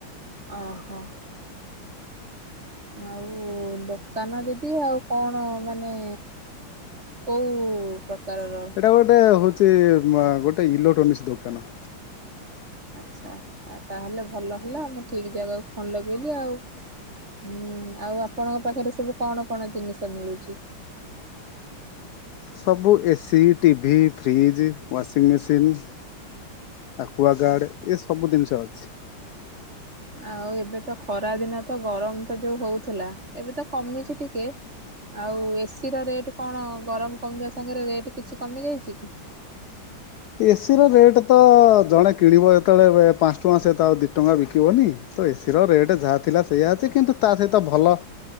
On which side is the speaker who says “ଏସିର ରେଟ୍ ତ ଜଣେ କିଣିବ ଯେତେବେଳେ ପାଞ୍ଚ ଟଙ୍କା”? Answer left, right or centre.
Left